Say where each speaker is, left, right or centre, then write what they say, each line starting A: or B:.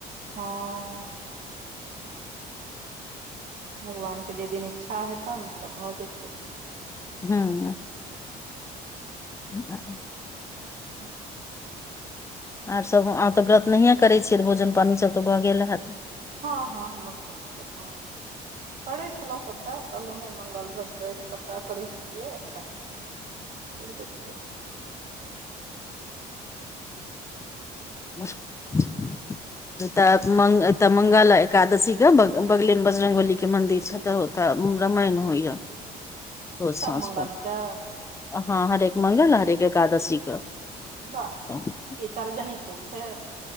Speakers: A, on the right; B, on the left.
A: हँ भगवानके जै दिन इच्छा हेतनि तऽ भऽ जेतै
B: हूंम्म हँ
A: अच्छा <inaudible>
B: आर सभ आब तऽ व्रत नहियए करैत छियै तऽ भोजन पानि सभ तऽ भऽ गेल रहत
A: हँ हँ हमर सब भऽ गेल करै छलहुँ सभटा कहलहुँ नहि मङ्गल बृहस्पति सभटा करै छलियै एखन छोड़ि देलियै
B: <inaudible> तऽ मं तऽ मंगल एकादशी के बगले मे बजरंगबली के मंदिर छै तऽ तऽ रामायण होइय रोज
A: सब
B: साँस
A: मंगलके
B: कऽ हँ हरेक मंगल हरेक एकादशी कऽ त
A: वाह
B: <inaudible>
A: की सार्वजनिक होइ छै